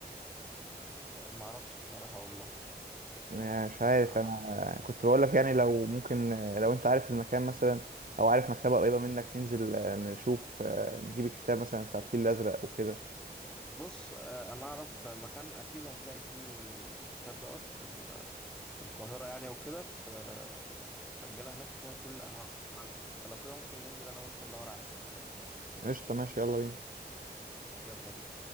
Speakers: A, in the centre; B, on the right.
A: آه، معرفش بصراحة والله
B: مش عارف
A: معرفش
B: انا كنت بقول لك يعني لو ممكن لو انت عارف المكان مثلا او عارف مكتبه قريبه منك ننزل آه، نشوف آه، نجيب الكتاب مثلا بتاع الفيل الازرق وكده
A: بص آه، انا اعرف مكان اكيد هتلاقي فيه الكتاب دوت في ال... في القاهرة يعني وكده في في الفجالة هناك فيها كل انواع الكتب فلو كده ممكن ننزل انا وانت ندور عليه
B: قشطه ماشي يلا بينا
A: يلا بينا